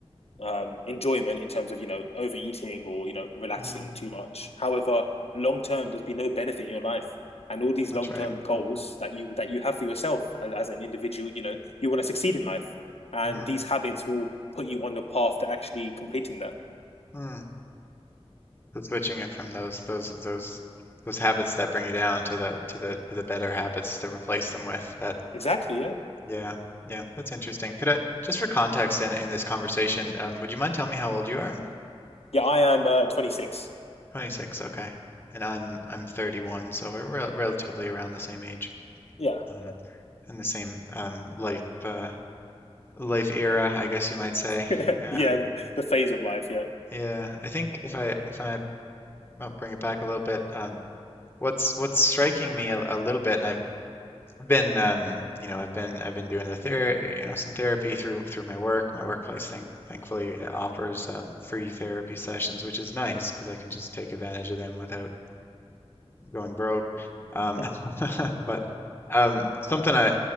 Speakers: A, on the left; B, on the left.
A: um, enjoyment in terms of you know overeating or you know relaxing
B: Mm-hmm.
A: too much. However, long term, there's been no benefit in your life, and all these
B: That's
A: long
B: right.
A: term goals that you that you have for yourself as, an individual, you know, you want to succeed in life, and
B: Mm-hmm.
A: these habits will put you on the path to actually completing that.
B: Mm. So switching it from those those those those habits that bring you down to the to the to the better habits to replace them with. That.
A: Exactly. Yeah.
B: Yeah. Yeah. That's interesting. Could I just for context in in this conversation, um, would you mind telling me how old you are?
A: Yeah. I am uh, 26.
B: 26, okay. And I'm I'm 31, so we're rel relatively around the same age,
A: Yeah.
B: um,
A: Yeah.
B: and the same um, life uh, life era, I guess you might say.
A: <laughs>
B: Yeah,
A: yeah. The phase of life. Yeah.
B: yeah. I think if I if I might bring it back a little bit, um, what's what's striking me a, a little bit, and I've been um, you know I've been I've been doing the ther you know some therapy through through my work. My workplace, thank thankfully, it offers um, free therapy sessions, which is nice because I can just take advantage of them without going broke. Um,
A: <laughs>
B: <laughs> but um, something I, uh,